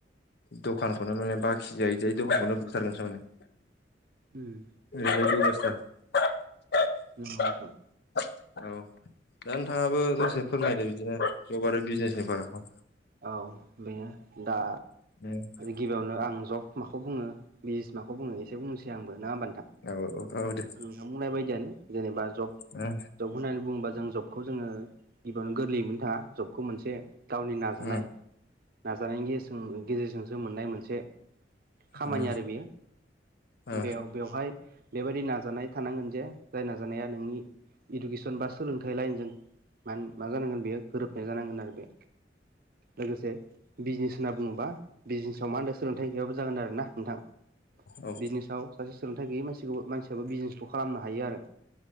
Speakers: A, on the left; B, on the right.
A: दखानखौनो माने बाखि जायै जायै दखानखौनो बुथारगोन सो माने
B: उम
A: औ दा नोथाङाबो
B: नंगौ नोंथां
A: दसे फोरमायदो बिदिनो जब आरो बिजनेसनि फारागखौ
B: औ बेनो दा
A: <unintelligible>
B: गिबियावनो आं जब माखौ बुङो बिजनेस माखौ बुङो एसे बुंनिसै नङा ओमबा नोंथां?
A: औ औ दे।
B: आं बुंनाय बायदियानो जेनेबा जब
A: ओ
B: जब होननानै बुङोबा जों जबखौ जोङो गिबियावनो गोरलैयै थाङा जबखौ मोनसे गावनि नाजानाय
A: उम
B: नाजानायनि गेजेरजोंसो मोननाय मोनसे खामानि
A: उम उम
B: आरो बेयो
A: ओ औ
B: बेयाव बेवहाय बेबायदि नाजानाय थानांगोन जे जाय नाजानाया नोंनि इडुकेसन बा सोलोंथाइ लाइनजों म मा जानांगोन बेयो गोरोबनाय जानांगोन आरो बे लोगोसे बिजनेस होनना बुङोबा बिजनेसाव मा होनदों सोलोंथाइ गैयाबो जागोन आरो ना नोंथां
A: औ
B: बिजनेसाव सासे सोलोंथाइ गैयै मानसिखौबो मानसियाबो बिजिनेसखौ खालामनो हायो आरो